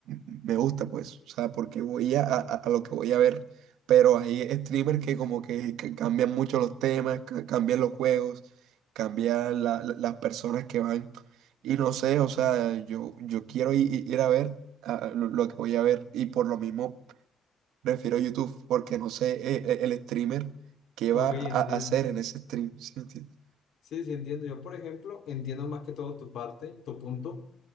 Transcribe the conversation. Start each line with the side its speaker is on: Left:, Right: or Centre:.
Right: me gusta, pues, o sea, porque voy a, a- a lo que voy a ver. Pero hay streamers que como que, que cambian mucho los temas, ca- cambian los juegos, cambian la- la- las personas que van. Y no sé, o sea, yo, yo quiero i- i- ir, a ver ah, lo, lo que voy a ver. Y por lo mismo prefiero YouTube, porque no sé eh, eh, el streamer qué
Left: Ok,
Right: va a, a
Left: entiendo.
Right: hacer en ese stream. ¿sí me entiendes?
Left: Sí, sí, entiendo. Yo, por ejemplo, entiendo más que todo tu parte, tu punto.